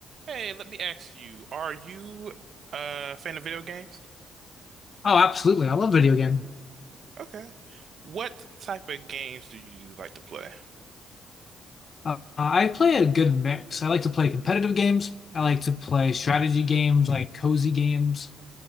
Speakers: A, on the right; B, on the left.
A: Hey, let me ask you, are you a fan of video games?
B: Oh, absolutely. I love video game.
A: Okay. What type of games do you like to play?
B: Uh, I play a good mix. I like to play competitive games. I
A: Mhm.
B: like to play strategy games, like cozy games.